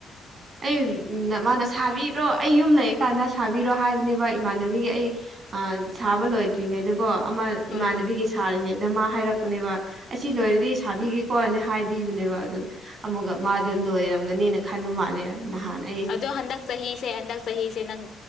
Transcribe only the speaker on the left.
ꯑꯥ
ꯑꯗꯣ ꯍꯟꯗꯛ ꯆꯍꯤꯁꯦ ꯍꯟꯗꯛ ꯆꯍꯤꯁꯦ ꯅꯪ